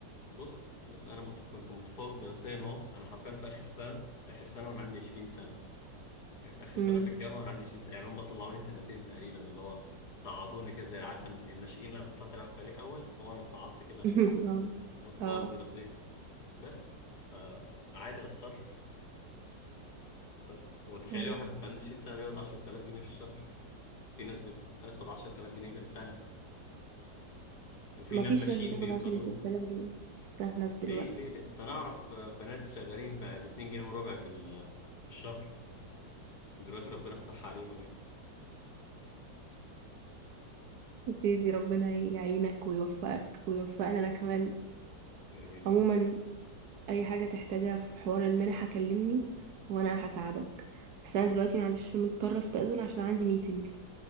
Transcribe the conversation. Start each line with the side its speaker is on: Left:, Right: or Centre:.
Left: بص بص انا مت... كنت متفوق دراسيا اهو انا حرفيا في اخر سنه اخر سنه وانا عندي 20 سنه يعني في اخر سنه
Right: امم
Left: في الجامعه وانا عندي 20 سنه يعني هم طلعوني سنتين تقريبا اللي هو صعدوني كده زي عارف ان الناشئين لما بتطلع تلعب فريق اول هو انا صعدت كده عشان
Right: <laughs> اه
Left: متفوق
Right: اه
Left: دراسيا بس فعادي هتصرف هتصرف وتخيلي
Right: ماشي.
Left: واحد عنده 20 سنة بيقبض 10000 جنيه في الشهر في ناس بتقبض 10000 جنيه في السنة وفي
Right: مفيش
Left: نباشين
Right: ناس بتقبض
Left: بيقبضوا
Right: عشرة آلاف جنيه في السنة
Left: ليه
Right: دلوقتي
Left: ليه ليه ده انا اعرف آه، بنات شغالين ب 2 جنيه وربع في ال- في الشهر ودلوقتي ربنا فتحها عليهم يعني
Right: يا سيدي ربنا يعينك ويوفقك ويوفقنا انا كمان
Left: امين يا
Right: عموما
Left: رب
Right: اي حاجة تحتاجها في حوار المنحة كلمني وانا هساعدك بس انا دلوقتي معلش مضطرة استأذن عشان عندي ميتنج